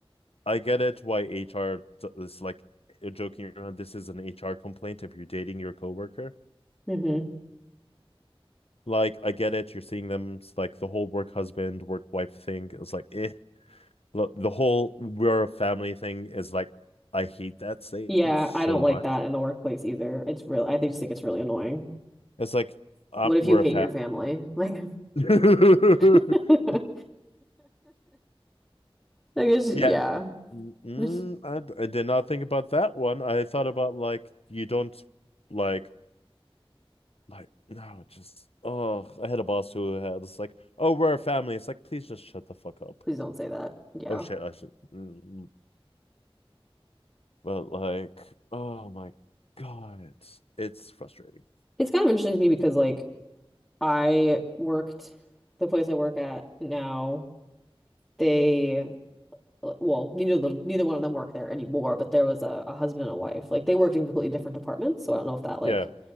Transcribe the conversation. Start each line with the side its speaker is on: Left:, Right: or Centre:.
Left: I get it why HR is like eh, joking around. This is an HR complaint if you're dating your coworker.
Centre: hmm
Left: Like, I get it. You're seeing them it's like the whole work husband, work wife thing. It's like eh. Lo- The whole we're a family thing is like I hate that statement
Centre: Yeah,
Left: so
Centre: I don't like
Left: much.
Centre: that in the workplace either. It's real. I think- just think it's really annoying.
Left: It's like uh,
Centre: What if
Left: we're
Centre: you hate
Left: a
Centre: your family? Like,
Left: family.
Centre: <laughs>
Left: <laughs>
Centre: like it's
Left: Yeah.
Centre: yeah.
Left: Mm,
Centre: <laughs>
Left: I, d- I did not think about that one. I thought about like you don't like like no, just oh, I had a boss who had it's like, "Oh, we're a family." It's like, "Please just shut the fuck up."
Centre: Please don't say that. Yeah.
Left: Oh shit, I should. Mm, but like, oh my God, it's frustrating.
Centre: It's kind of interesting to me because like I worked the place I work at now. They, well, neither of them, neither one of them work there anymore, but there was a, a husband and a wife. Like they worked in completely different departments, so I don't know if that like
Left: Yeah.